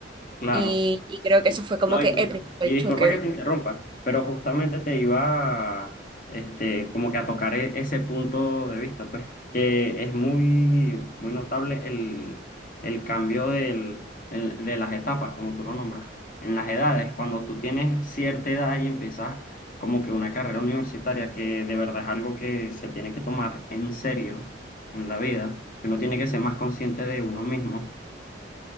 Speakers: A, on the left; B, on the right.
A: Claro.
B: Y, y creo que eso fue como
A: No,
B: que
A: y, mi-
B: el principal
A: y disculpa
B: choque.
A: que te interrumpa, pero justamente te iba a, este, como que a tocar e- ese punto de vista, pues, que es muy, muy notable el, el cambio del, el- de las etapas, como tú lo nombras, en las edades, cuando tú tienes cierta edad y empiezas como que una carrera universitaria que de verdad es algo que se tiene que tomar en serio en la vida, que uno tiene que ser más consciente de uno mismo,